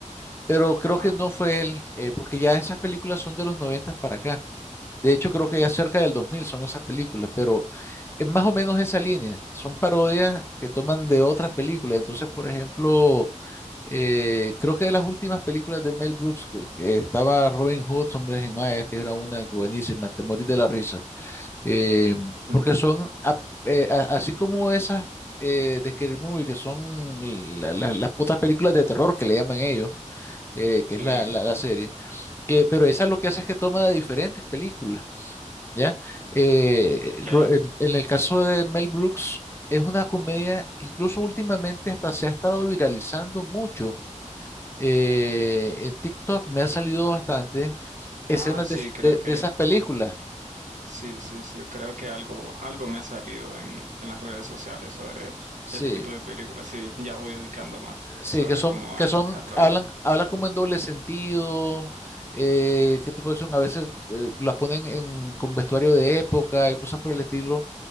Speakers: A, on the left; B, on the right.
A: pero creo
B: ah,
A: que no fue él, eh, porque ya esas películas son de los 90 para acá. De hecho, creo que ya cerca del 2000 son esas películas, pero es más o menos esa línea. Son parodias que toman de otras películas. Entonces, por ejemplo, Eh, creo que de las últimas películas de Mel Brooks, que, que estaba Robin Hood, Hombres en Mayas, que era una buenísima, te morís de la risa. Eh,
B: mm,
A: porque son, a- eh, a- así como esas eh, de Scary Movie, que son la- la- las otras películas de terror que le llaman ellos, eh, que
B: sí,
A: es la, la, la serie, que, pero esa lo que hace es que toma de diferentes películas, ¿ya? Eh,
B: ya.
A: ro- en en el caso de Mel Brooks, es una comedia que incluso últimamente hasta se ha estado viralizando mucho eh, en TikTok me ha salido bastante escenas
B: Ah, sí,
A: de,
B: creo
A: de-
B: que,
A: de esas películas.
B: sí, sí, sí, creo que algo, algo me ha salido en, en las redes sociales sobre
A: Sí,
B: este tipo de películas, sí, ya voy ubicando más
A: sí,
B: sobre
A: que son,
B: cómo
A: que
B: va
A: son,
B: el, el rollo.
A: hablan, hablan como en doble sentido. Eh, ¿qué te puedo decir? A veces eh, las ponen en, con vestuario de época y cosas por el estilo.